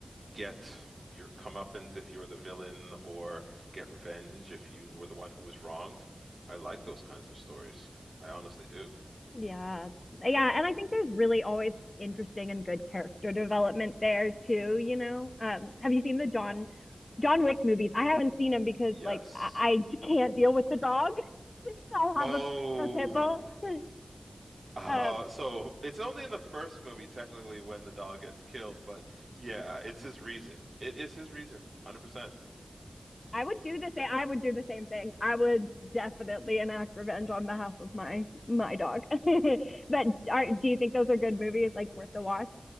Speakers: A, on the right; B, on the left.
A: get your comeuppance if you're the villain, or get revenge if you were the one who was wronged. I like those kinds of stories. I honestly do.
B: Yeah. Yeah. And I think there's really always interesting and good character development there too, you know. Um, have you seen the John John Wick movies? I haven't seen them because
A: Yes.
B: like I, I can't deal with the dog. <laughs> I will have
A: Oh,
B: a, a pit bull. <laughs>
A: uh,
B: Um,
A: so it's only in the first movie technically when the dog gets killed, but yeah, it's his reason. It is his reason, 100%.
B: I would do the same. I would do the same thing. I would definitely enact revenge on behalf of my my dog. <laughs> but are, do you think those are good movies? Like worth the watch?